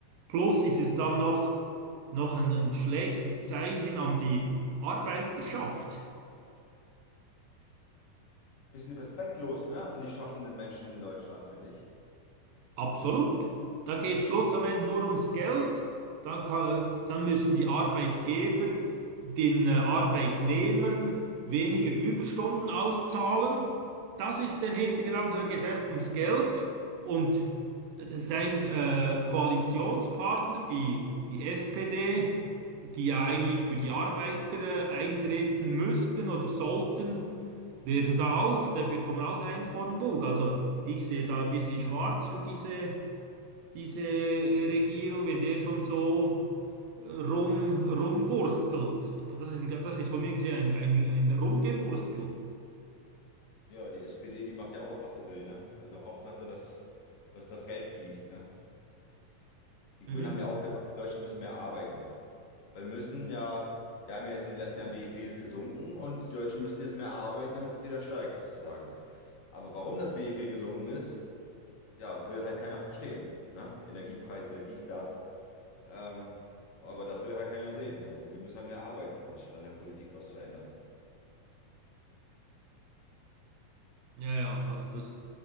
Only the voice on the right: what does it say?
Plus ist es dann noch, noch ein, ein schlechtes Zeichen an die Arbeiterschaft.
Absolut. Da geht es schlussendlich nur ums Geld. Da kann, dann müssen die Arbeitgeber den äh, Arbeitnehmern weniger Überstunden auszahlen. Das ist der Hintergedanke. Da geht es einfach ums Geld. Und äh, sein äh, Koalitionspartner, die, die SPD, die ja eigentlich für die Arbeiter äh, eintreten müssten oder sollten, werden da auch, da bekommen auch einen vor den Bug. Also ich sehe da ein bisschen schwarz für diese, diese äh, Regierung, wenn der schon so äh, rum, rumwurstelt. Das ist, ein- das ist von mir gesehen ein, ein, ein Rumgewurstel.
Mhm.
Ja, ja, also das,